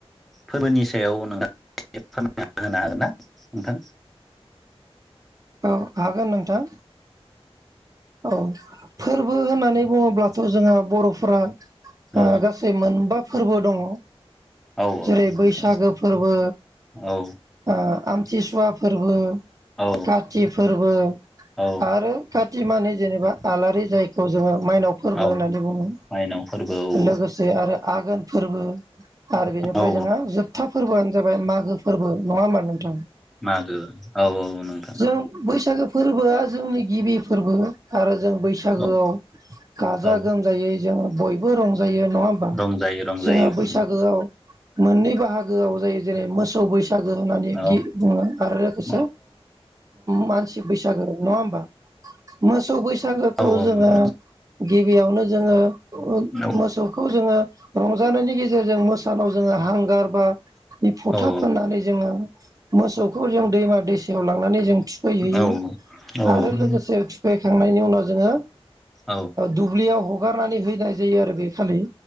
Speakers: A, in the centre; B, on the right.
A: फोरबोनि सायाव नोंथां फोरमायना होनो हागोन ना नोंथां
B: औ हागोन नोंथां औ फोरबो होननानै बुङोब्लाथ' जोंहा बर'फोरा
A: औ
B: गासै मोनबा फोरबो दङ
A: औ
B: जेरै
A: नोंथां
B: बैसागो फोरबो
A: औ
B: ओ आमथिसुवा फोरबो
A: औ
B: काति फोरबो
A: औ
B: आरो काति मानि जेनेबा आलारि जायखौ जोङो माइनाव फोरबो
A: औ
B: होननानै बुङो
A: माइनाव फोरबो औ
B: लोगोसे आरो आघोन फोरबो आरो बेनिफ्राय
A: औ
B: जोंहा जोबथा फोरबोआनो जाबाय मागो फोरबो नङा होमबा नोंथां
A: मागो औ औ नों
B: जों बैसागो फोरबोआ जोंनि गिबि फोरबो आरो जों बैसागोआव
A: औ
B: गाजा
A: औ
B: गोमजायै जों बयबो रंजायो जायो नङा होमबा
A: रंजायो रंजायो
B: जोंहा बैसागोआव
A: नोंथां
B: मोननै बाहागोआव जायो जेरै मोसौ बैसागो बैसागो होननानै गि
A: औ
B: बुङो आरो लोगोसे
A: औ
B: मानसि बैसागो नङा होमबा मोसौ बैसा बैसागोखौ
A: औ
B: जोङो
A: नंगौ
B: गिबियावनो जोङो
A: नंगौ
B: मोसौखौ जोङो रंजानायनि गेजेरजों मोसौनाव जोङो हांगार बा फथा
A: औ औ
B: फाननानै जोङो मोसौखौ जों दैमा दैसायाव लांनानै जों थुखैहैयो
A: औ औ
B: आरो लोगोसे थुखै थांनायनि उनाव जोङो
A: औ
B: दुब्लियाव हगारनानै हैनाय जायो आरो बे खालि